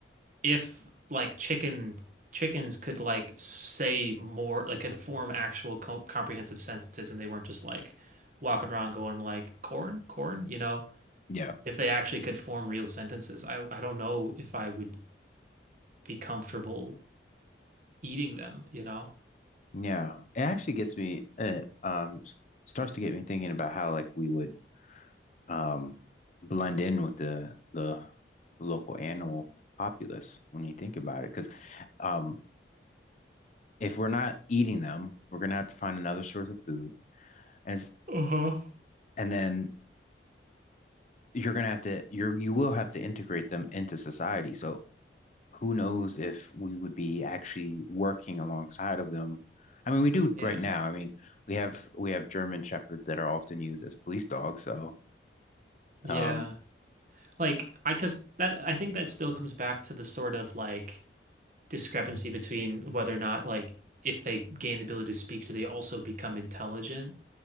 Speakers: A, on the right; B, on the left.
A: if like chicken chickens could like say more, like, could form actual co comprehensive sentences, and they weren't just like walking around going like corn, corn, you know?
B: yeah,
A: If they actually could form real sentences, I I don't know if I would be comfortable eating them, you know?
B: yeah. It actually gets me uh, um s- starts to get me thinking about how like we would um, blend in with the the local animal populace when you think about it. Because um, if we're not eating them, we're gonna have to find another source of food, and it's,
A: Uh-huh.
B: and then you're gonna have to you're you will have to integrate them into society. So who knows if we would be actually working alongside of them? I mean, we do
A: Yeah.
B: right now. I mean, we have we have German shepherds that are often used as police dogs. So,
A: Yeah.
B: um,
A: Like I cuz that I think that still comes back to the sort of like discrepancy between whether or not like if they gain the ability to speak, do they also become intelligent?